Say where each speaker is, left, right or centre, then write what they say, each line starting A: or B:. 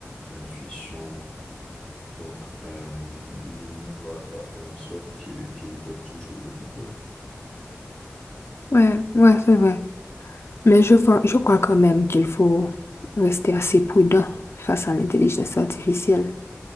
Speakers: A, on the left; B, on the left.
A: l'intuition. Donc, euh, l'humain doit, doit faire en sorte qu'il qu'il garde toujours le contrôle.
B: Ouais, ouais, c'est vrai. Mais je, vois- je crois quand même qu'il faut rester assez prudent face à l'intelligence artificielle.